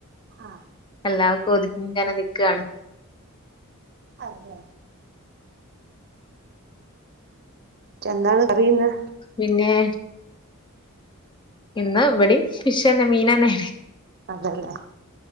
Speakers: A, on the right (about 45°); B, on the left (about 20°).
A: ആഹ്
B: എല്ലാതും ഒതുക്കി ഇങ്ങനെ നിക്കുവാണ്
A: അതെ എന്താണ് കറിയിന്ന്
B: പിന്നെ ഇന്ന് ഇവിടെം ഫിഷ് തന്നെ മീൻ തന്നെ
A: അതെല്ലേ